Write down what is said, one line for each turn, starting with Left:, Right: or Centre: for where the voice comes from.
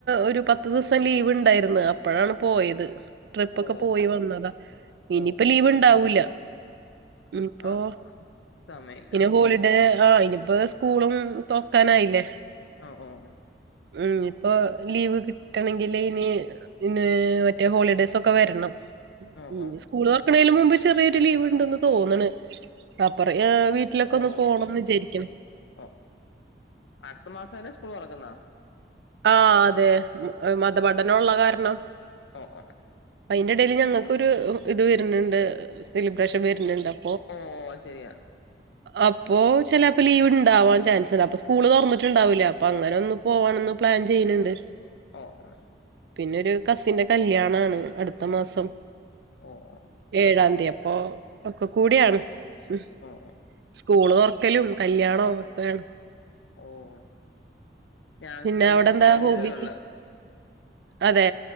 Right: ഒരു പത്ത് ദിവസം ലീവ് ഉണ്ടായിരുന്നു അപ്പോഴാണ് പോയത്. ട്രിപ്പ
Left: ഓ
Right: ഒക്കെ പോയി വന്നതാ ഇനിയിപ്പോ
Left: ഓ ഓ
Right: ലീവ് ഉണ്ടാവൂല മ്മ് ഇപ്പോ
Left: ആ സമയമില്ല
Right: ഇനി ഹോളിഡേ ആ് ഇനിപ്പ സ്കൂളും തുറക്കാനായില്ലേ
Left: ഓ ഓ ഓ
Right: മ്മ് ഇപ്പോ ലീവ് കിട്ടണെങ്കില് ഇനി പിന്ന മറ്റേ ഹോളിഡേയ്സ് ഒക്കെ വരണം.
Left: ഓ
Right: ഉ
Left: ഓ
Right: സ്കൂള് തുറക്കണേന് മുമ്പ് ചെറിയൊരു ലീവ് ഉണ്ടന്ന് തോന്നണ് റ വീട്ടിലൊക്കെ
Left: ഓ
Right: ഒന്ന് പോകണം എന്ന് വിചാരിക്കണ
Left: ഓ അടുത്ത മാസം അല്ലേ സ്കൂൾ തുറക്കുന്ന
Right: ആ അതെ മതപഠനള്ള കാരണം
Left: അ അ അ
Right: അ അതിന്റെടയിൽ ഞങ്ങൾക്കൊരു ഇത് വരുന്നുണ്ട് സെലിബ്രേഷൻ വരുന്നുണ്ട് അ
Left: ഓ ഓ ശരിയാണ്
Right: അപ്പൊ ചിലപ്പോ ലീവ് ഉണ്ടാവാൻ ചാൻസ് ഉണ്ട് അപ്പൊ സ്കൂള് തുറന്നിട്ടുണ്ടാവൂല്ലേ അപ്പൊ അങ്ങനെ ഒന്ന് പോവാണന്ന് പ്ലാൻ ചെയ്യുന്ണ്ട്
Left: ഓ ഓ
Right: പിന്നെ ഒരു കസിന്റെ കല്യാണാണ് അടുത്ത മാസം
Left: ഓഹ്
Right: ഏഴാംന്തി അപ്പൊ ഒക്കെ കൂടിയാണ് ഉ
Left: ഓ ഓ
Right: സ്കൂൾ തുറക്കലും കല്യാണവും ഒക്കാണ്
Left: ഓഹ് ഞങ്ങക്ക്‌
Right: പിന്നെ
Left: കല്യാണം
Right: അവിടെ എന്താ
Left: കഴിഞ്ഞതേ
Right: ഹോബീസ്
Left: ഉള്ളൂ
Right: അതെ